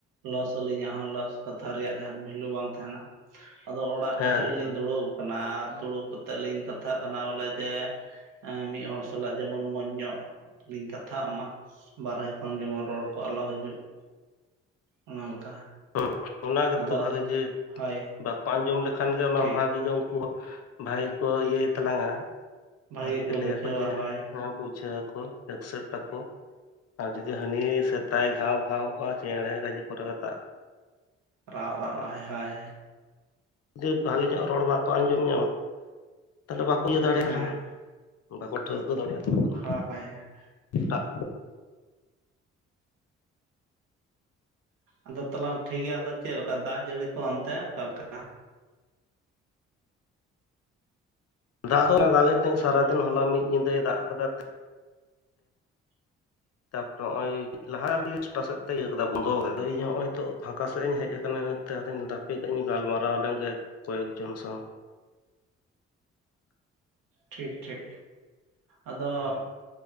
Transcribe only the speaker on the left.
ᱦᱮᱸ
ᱦᱮᱸ
ᱦᱩ ᱚᱱᱟ ᱜᱮᱛᱚ
ᱵᱷᱟᱜᱤ ᱡᱮ
ᱵᱟᱠᱚ ᱟᱸᱡᱚᱢ ᱞᱮᱠᱷᱟᱱ ᱜᱮ ᱚᱱᱟ
ᱦᱚᱸ ᱵᱷᱟᱜᱤ ᱜᱮ ᱩᱱᱠᱩᱭᱟᱜ ᱵᱷᱟᱜᱤ ᱜᱮ ᱠᱚ ᱤᱭᱟᱹᱭ ᱛᱟᱞᱟᱝᱟ
ᱟᱨᱠᱤ
ᱞᱟᱹᱭᱟᱠᱚ
ᱡᱮ
ᱵᱩᱡᱷᱟᱹᱣ ᱟᱠᱚ ᱮᱠᱥᱮᱴ ᱟᱠᱚ ᱟᱨ ᱡᱩᱫᱤ ᱦᱟᱹᱱᱤ ᱥᱮᱛᱟᱭ ᱜᱷᱟᱣ ᱜᱷᱟᱣᱚᱜ-ᱟ ᱪᱮᱬᱮ ᱜᱟᱡᱮ ᱠᱚᱨᱮ ᱨᱟᱜ
ᱡᱩ ᱵᱷᱟᱜᱮ ᱧᱚᱜ ᱨᱚᱲ ᱵᱟᱠᱚ ᱟᱸᱡᱚᱢ ᱧᱟᱢᱟ ᱛᱟᱞᱦᱮ ᱵᱟᱠᱚ ᱤᱭᱟᱹ ᱫᱟᱲᱮᱭᱟ
ᱟᱞᱟᱝᱟ ᱵᱟᱠᱚ ᱴᱷᱟᱹᱣᱠᱟᱹ ᱫᱟᱲᱮ ᱟᱛᱟᱞᱟᱝᱟ ᱨᱚᱲ
ᱴᱟᱜ
ᱫᱟᱜ ᱫᱚ ᱫᱟᱜᱮᱫ ᱛᱟᱦᱮᱸᱫ ᱥᱟᱨᱟᱫᱤᱱ ᱦᱚᱞᱟ ᱢᱤᱫ ᱧᱤᱫᱟᱹᱭ ᱫᱟᱜ ᱟᱠᱟᱫᱟ
ᱛᱟᱯᱚᱨᱮ ᱱᱚᱜ ᱚᱭ ᱞᱟᱦᱟ ᱨᱮᱜᱮ ᱪᱷᱚᱴᱟ ᱥᱮᱫ ᱛᱮ ᱤᱭᱟᱹ ᱠᱮᱫᱫᱟ ᱵᱚᱱᱫᱚ ᱠᱟᱫᱚ ᱤᱧ ᱦᱚᱸᱜ ᱚᱭ ᱱᱤᱛᱚᱜ ᱯᱷᱟᱸᱠᱟ ᱥᱮᱫ ᱤᱧ ᱦᱮᱡ ᱟᱠᱟᱱᱟ ᱚᱱᱟᱛᱮ ᱟᱫᱚᱧ ᱦᱟᱯᱮ ᱠᱟᱜ ᱤᱧ ᱜᱟᱞᱢᱟᱨᱟᱣ ᱞᱮᱱᱜᱮ ᱠᱚᱭᱮᱠ ᱡᱚᱱ ᱥᱟᱶ
ᱦᱮᱸ